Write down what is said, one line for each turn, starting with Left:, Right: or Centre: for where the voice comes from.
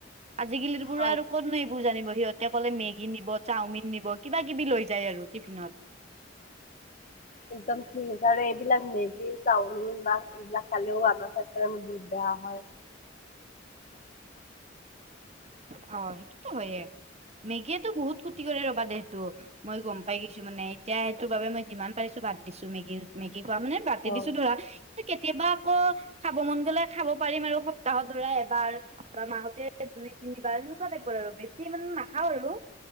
Right: আজিকালিতো পোৰা
Left: হয়
Right: আৰু ক'ত ন এইবোৰ জানিব, সিহঁতে অক'লে মেগী নিব, চাওমিন নিব, কিবা-কিবি লৈ যায় আৰু টিফিনত।
Left: একদম ঠিক আছে আৰু এইবিলাক মেগী, চাওমিন বা এইবিলাক খালেও আমাৰ স্বাস্থ্যৰ কাৰণে বহুত বেয়া হয়।
Right: হয়, সেইটোতো হয়য়ে। মেগীয়েতো বহুত ক্ষতি কৰে ৰবা দে সেইটো। মই গম পাই গৈছো মানে এতিয়া সেইটো বাবে মই যিমান পাৰিছো বাদ দিছো মেগী। মেগী খোৱা মানে বাদ
Left: হয়
Right: দিছোঁ ধৰা। কেতিয়াবা আকৌ খাব মন গ'লে, খাব পাৰিম আৰু সপ্তাহৰ ধৰা এবাৰ। বা মাহতে দুই তিনিবাৰ সেনেকুৱা টাই আৰু বেছি মানে নাখাওঁ আৰু